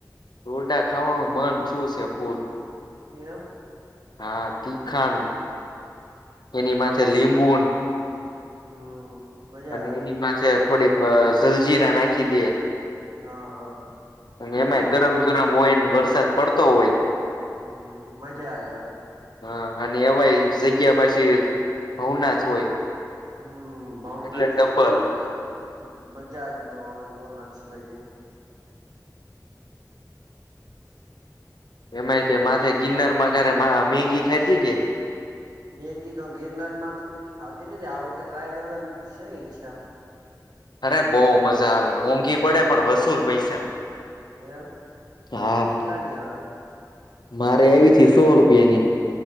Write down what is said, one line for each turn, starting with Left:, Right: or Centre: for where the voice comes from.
Left: ડોડા ખાવાનું મન થ્યુ સે ફુલ.
Right: એમ.
Left: હા તીખાન એની માથે લીંબુ
Right: હમ. મજા
Left: અને
Right: આવે
Left: એનીમાંથે
Right: મકાન
Left: થોડીક જલજીરા નાખી દે
Right: હા હા.
Left: અને
Right: મજા
Left: એમાંય
Right: આવે
Left: ગરમ
Right: એ પણ
Left: ગરમ હોય ન વરસાદ પડતો હોય
Right: હમ મજાજ આવે
Left: હા અને એવાય જગ્યા પાછી ભવનાથ હોય
Right: હમ ભાવનાથ
Left: એટલે
Right: જેવી
Left: ડબ્બલ
Right: કયાંય મજાજ નય મજાજ ન ભવનાથ સિવાય ક્યાંય <inaudible>
Left: એમાંય તે માથે ગીરનારમાં ઘરે માં મેગી ખાયધી કે.
Right: મેગી તો ગિરનારમાંથી કોઈદી ખાધી નથી આ વખતે ટ્રાય કરવાની છે, ઈચ્છા
Left: અરે બહુ મજા આવે મોંઘી પડે પણ વસૂલ પૈસા
Right: એમ
Left: હા
Right: કેટલાની આવે?
Left: મારે આયવીતી સો રૂપિયાની.